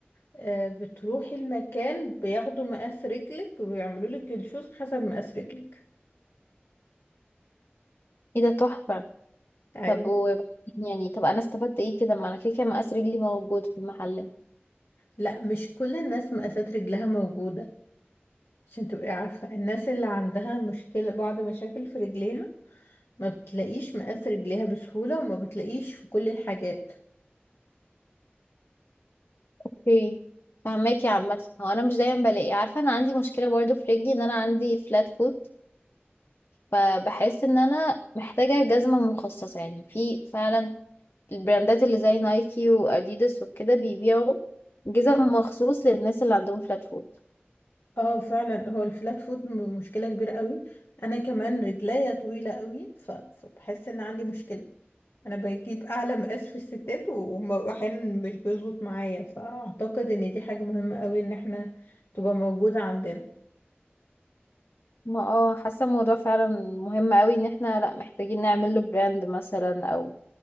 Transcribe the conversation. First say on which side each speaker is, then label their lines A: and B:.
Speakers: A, on the left (about 85°); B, on the left (about 70°).
A: آه، بتروحي المكان بياخدوا مقاس رجلك ويعملوا لك الشوز حسب مقاس رجلك
B: ايه ده تحفه
A: ايوه
B: طب و يعني طب انا استفدت ايه كده ما انا كده كده مقاس رجلي موجود في المحل
A: لا مش كل الناس مقاسات رجلها موجودة عشان تبقي عارفة الناس اللي عندها مشكلة بعض مشاكل في رجليها ما بتلاقيش مقاس رجليها بسهولة وما بتلاقيش في كل الحاجات
B: اوكي فهماكي عامة هو انا مش دايما بلاقي عارفة انا عندي مشكلة برضو في رجلي ان انا عندي فلات فوت فبحس ان انا محتاجة جزمة مخصصة يعني في فعلا البراندات اللي زي نايكي واديداس وكده بيبيعوا جزم مخصوص للناس اللي عندهم فلات فوت
A: اه فعلا هو الفلات فود م- مشكلة كبيرة قوي انا كمان رجليا طويلة قوي ف- فبحس ان عندي مشكلة انا بجيب اعلى مقاس في الستات و- وم- واحيانا مش بيظبط معايا فاعتقد ان دي حاجة مهمة قوي ان احنا تبقى موجودة عندنا
B: ما اه حاسة الموضوع فعلا مهم قوي ان احنا لا محتاجين نعمل له براند مثلا او